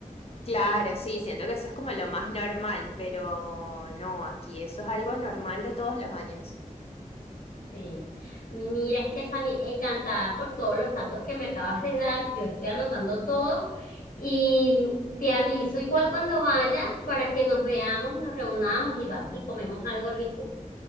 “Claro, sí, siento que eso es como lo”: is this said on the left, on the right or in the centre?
Left